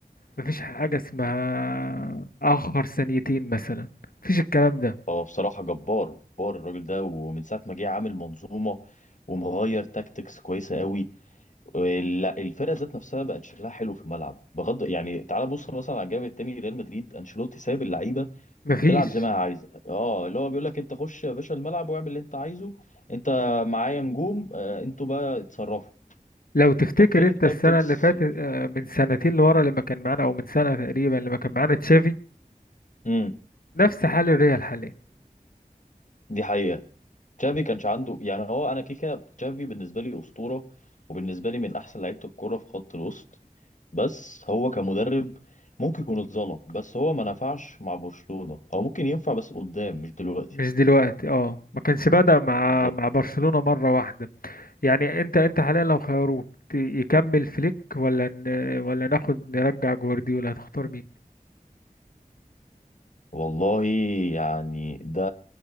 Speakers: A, on the left (about 75°); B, on the left (about 55°).
A: مفيش حاجه اسمها اخر ثانيتين مثلا مفيش الكلام ده
B: هو بصراحه جبار جبار الراجل ده ومن ساعه ما جه عامل منظومه ومغير تاكتكس كويسه قوي وال- الفرقه ذات نفسها بقت شكلها حلو في الملعب بغض يعني تعال بص مثلا على الجانب التاني ريال مدريد انشيلوتي سايب اللعيبه
A: مفيش
B: تلعب زي ما هي عايزه اه اللي هو بيقول لك انت خش يا باشا الملعب واعمل اللي انت عايزه انت معايا نجوم آه انتوا بقى اتصرفوا
A: لو تفتكر
B: طب فين
A: انت
B: التاكتكس
A: السنه اللي فاتت آه، من سنتين لورا لما كان معانا او من سنه تقريبا لما كان معانا تشافي
B: امم
A: نفس حال الريال حاليا
B: دي حقيقة تشافي كانش عنده يعني هو انا كيكا تشافي بالنسبة لي أسطورة وبالنسبة لي من احسن لعيبة الكورة في خط الوسط بس هو كمدرب ممكن يكون اتظلم بس هو ما نفعش مع برشلونة هو ممكن ينفع بس قدام مش دلوقتي
A: مش دلوقتي اه ما كانش بدأ مع
B: بالظبط
A: مع برشلونه مره واحده يعني انت انت حاليا لو خيروك ت- يكمل فليك ولا ن... ولا ناخد نرجع جوارديولا هتختار مين
B: والله يعني ده